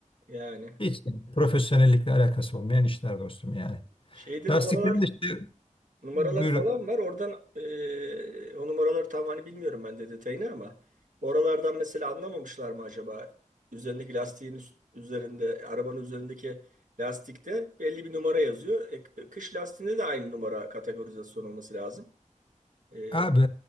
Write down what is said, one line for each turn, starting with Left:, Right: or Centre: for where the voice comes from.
Right: Yani
Left: Hiç profesyonellikle alakası olmayan işler dostum yani.
Right: şeyde
Left: Lastiklerin
Right: numaralar
Left: de işte
Right: Numaralar
Left: buyur
Right: falan var. Oradan eee, o numaraları tam hani bilmiyorum ben de detayını ama oralardan mesela anlamamışlar mı acaba? Üzerindeki lastiğin üst- üzerinde, arabanın üzerindeki lastikte belli bir numara yazıyor. E, k- kış lastiğinde de aynı numara kategorizasyon olması lazım. Eee,
Left: abi